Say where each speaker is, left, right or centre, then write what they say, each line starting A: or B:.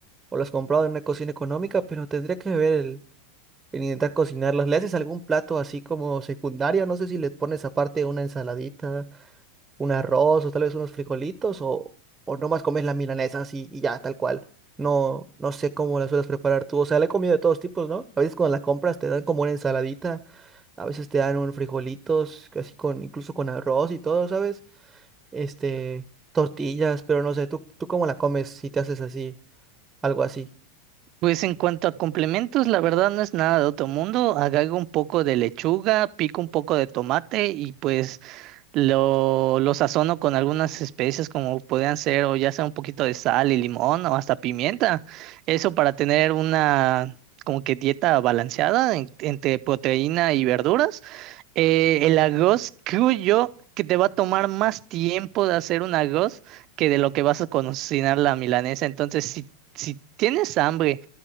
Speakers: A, on the right; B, on the right.
A: o las compraba en una cocina económica, pero tendría que ver el que intentas cocinarlos. ¿Le haces algún plato así como secundario? No sé si le pones aparte una ensaladita, un arroz o tal vez unos frijolitos o, o nomás comes las milanesas así y ya, tal cual. No, no sé cómo las sueles preparar tú. O sea, la he comido de todos tipos, ¿no? A veces cuando la compras te dan como una ensaladita, a veces te dan un frijolitos, así con, incluso con arroz y todo, ¿sabes? Este, tortillas, pero no sé, ¿tú, tú cómo la comes si te haces así, algo así?
B: Pues en cuanto a complementos, la verdad no es nada de otro mundo. Agrego un poco de lechuga, pico un poco de tomate y pues lo, lo sazono con algunas especias como podrían ser o ya sea un poquito de sal y limón o hasta pimienta. Eso para tener una como que dieta balanceada en- entre proteína y verduras. Eh, el arroz creo yo que te va a tomar más tiempo de hacer un arroz que de lo que vas a cocinar la milanesa. Entonces, si, si tienes hambre,